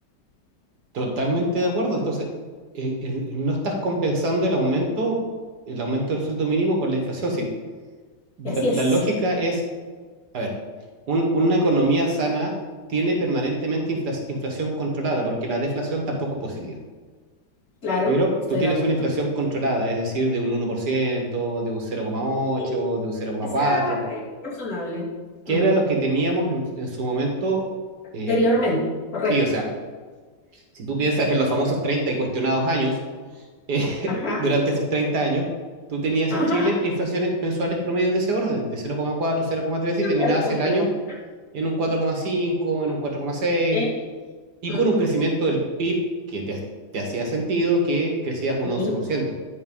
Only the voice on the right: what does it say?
Totalmente de acuerdo. Entonces, eh, eh, no estás compensando el aumento, el aumento del sueldo mínimo con la inflación. Sí, la,
la
lógica es, a ver, un- una economía sana tiene permanentemente infla- inflación controlada, porque la deflación tampoco es positiva.
Pero
tú tienes
una inflación controlada, es decir, de un uno por ciento de un cero coma ocho
de un cero coma
cuatro
que
era lo que teníamos en, en su momento.
eh,
sí, o sea, si tú piensas en los famosos 30 y cuestionados años, eh, <laughs>
durante esos 30 años, tú tenías
en Chile inflaciones mensuales promedio de ese orden, de cero cero coma cuatro cero coma tres
y terminabas
el año en un cuatro coma cinco en un cuatro coma seis
y
con un crecimiento del PIB que te, te hacía sentido que crecías un 11%,